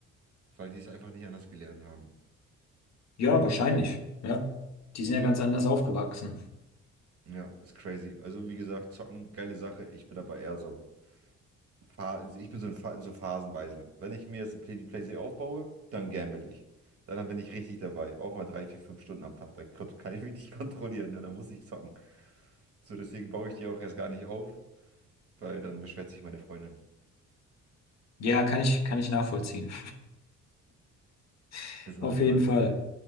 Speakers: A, on the right; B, on the left.
A: weil die es einfach nicht anders gelernt haben.
B: ja, wahrscheinlich, ja. Die sind ja ganz anders aufgewachsen.
A: Ja, ist crazy. Also, wie gesagt, zocken, geile Sache. Ich bin aber eher so. Pha- also Ich bin so, in Pha- so phasenweise. Wenn ich mir jetzt eine Play die Playsee aufbaue, dann gamble ich. Dann bin ich richtig dabei. Auch mal drei, vier, fünf Stunden am Tag. Dann kon- kann ich mich nicht <laughs> kontrollieren. ne? Dann muss ich zocken. So, deswegen baue ich die auch erst gar nicht auf, weil dann beschwert sich meine Freundin.
B: Ja, kann ich, kann ich nachvollziehen. <laughs>
A: Ist
B: Auf
A: auf jeden
B: jeden
A: Fall
B: Fall.